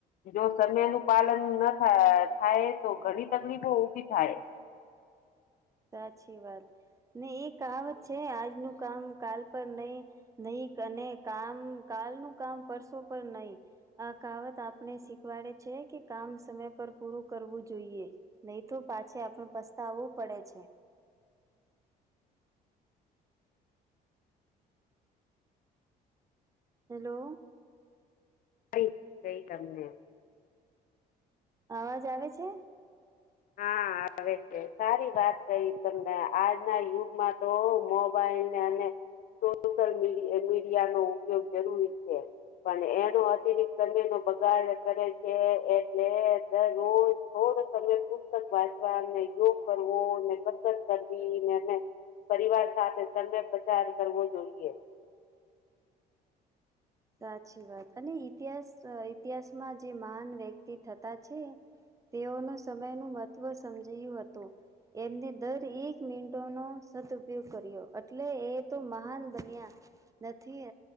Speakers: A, on the left; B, on the right.
A: જો સમયનું પાલન ન થાય તો ઘણી તકલીફો ઊભી થાય.
B: સાચી વાત ને એ કહાવત છે આજનું કામ કાલ પર નહી. નહી અને કામ કાલ નુ કામ પરશો પર નહી. આ કહાવત આપને શીખવાડે છે કે કામ સમય પર પૂરું કરવું જોઈએ. નહી તો પાછે આપણ પસ્તાવવું પડે છે. હેલો
A: ક કઈ તમને
B: અવાજ આવે છે?
A: હા આવે છે સારી વાત કહી તમને આજના યુગમાં તો મોબાઈલને અને સોશિયલ મીડિયા નો ઉપયોગ જરૂરી છે. પણ એનો અતિરિક્ત સમય નો બગાડ કરે છે એટલે મે રોજ થોડ સમય વાચવા યોગ કરવોને કસરત કરવીને પરિવાર સાથે સમય પસાર કરવો જોઈએ.
B: સાચી વાત અને ઇતિહાસ ઇતિહાસમાં જે મહાન વ્યક્તિ થતા છે. તેઓનો સમયનું મહત્ત્વ સમજયુ હતું. એમને દર એક મિનટોનો સદઉપયોગ કર્યો એટલે એ તો મહાન બન્યા. નથી